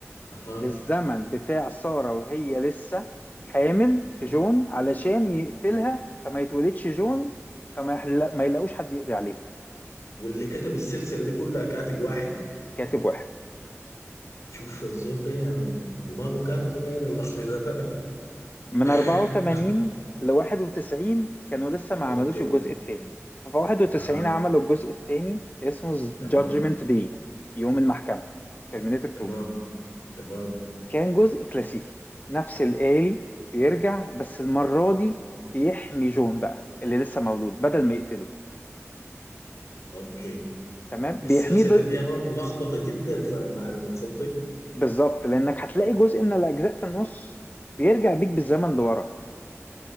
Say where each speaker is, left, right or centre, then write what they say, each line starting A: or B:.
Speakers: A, on the left; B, on the left.
A: اها
B: للزمن بتاع سارة وهي لسه حامل في جون علشان يقتلها فما يتولدش جون فما يحل- ما يلاقوش حد يقضي عليهم
A: واللي كتب السلسله دي كلها كاتب واحد
B: كاتب واحد
A: شوف الزول ده يا مان، دماغه كانت وين الاصلي ده
B: من
A: <laughs>
B: 84 ل 91 كانوا لسه ما عملوش
A: اوكي
B: الجزء الثاني في 91
A: اها
B: عملوا الجزء الثاني اسمه
A: تمام
B: Judgment Day يوم المحكمة ترمينيتور 2
A: تمام تمام
B: كان جزء كلاسيكي نفس الآلي بيرجع بس المرة دي بيحمي جون بقى اللي لسه مولود بدل ما يقتله
A: اوكي
B: تمام
A: السلسله
B: بيحميه ضد
A: دي يا مان ملخبطه جدا فمعنى صدق
B: بالظبط لانك هتلاقي جزء من الاجزاء في النص بيرجع بيك بالزمن لورا